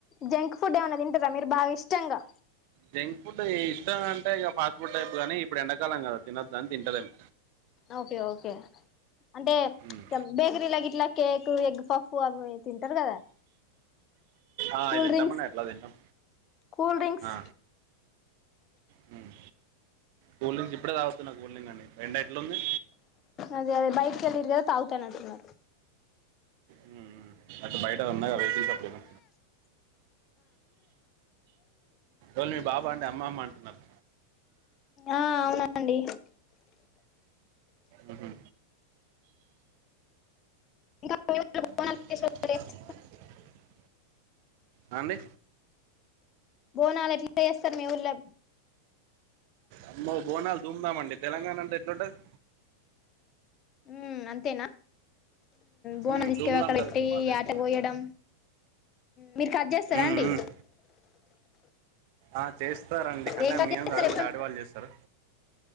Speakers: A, on the left; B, on the right.
A: జంక్ ఫుడ్ ఏమన్నా తిన్ కదా మీరు బాగా ఇష్టంగా
B: జంక్ ఫుడ్ ఇష్టం అంటే ఇక ఫాస్ట్ ఫుడ్ టైప్ గానీ, ఇప్పుడు ఎండాకాలం కదా తినదు అని తింటలేను.
A: ఓకే ఓకే, అంటే
B: ఉమ్.
A: బేకరీ గిట్లా కేక్ ఎగ్ పఫ్. పువపోయి తింటారు కదా
B: ఆ
A: కూల్
B: అయి తింటామండి
A: డ్రింక్స్
B: అంట్ల తింటాం
A: కూల్ డ్రింక్స్
B: ఆ హ్మ్మ్ కూల్లింగ్స్ ఇప్పుడే తగివొస్తున కూల్లింగ్ అండి ఎండ ఎట్లుంది
A: అదే అదే బైటకి వెల్లూరు కదా తగుతనంటునారు
B: హ్మ్మ్ అట్టు బయట అన్నాక మెడికల్ షాప్ కేనా ఎల్లు మీ బాబా అండి అమ్మ అమ్మ అంటున్నారు.
A: ఆ అవునండి
B: ఉహు
A: ఇంకా మీ ఊర్లో
B: <inaudible>
A: బోనాలు ఫెస్టివల్
B: ఆ అండి
A: బోనాలు ఎట్లా చేస్తారు మీ ఊరులో
B: అమ్మో బోనాలు దూముదామండి, తెలంగాణ అంటే ఎట్లుంటంది.
A: ఉమ్మ్ అంతేనా బొన్నాం
B: ఉమ్,
A: తీసుకుపోయి
B: ధూమ్ధామ్
A: అక్కడయెట్టి
B: జరుగుతుంది మా సైడ్
A: యాటా కొయ్యడం మీరు కట్ చేస్తారా
B: ఉమ్,
A: అండి.
B: ఉమ్. ఆ చేస్తారండి, అంటే
A: ఏం కట్
B: మేం
A: చేస్తారు
B: కాదు,
A: ఎప్పుడు
B: మా డాడీ వాళ్ళు చేస్తారు.